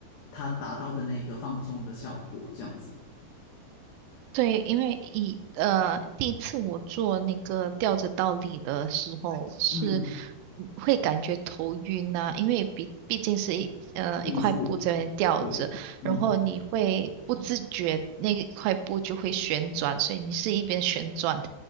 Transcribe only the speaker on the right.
对，因为以呃第一次我做那个吊着倒立的时候是
嗯会感觉头晕呐、因为毕毕竟是一呃一块布在那吊着，
然后你会不自觉那一块布就会旋转，所以你是一边旋转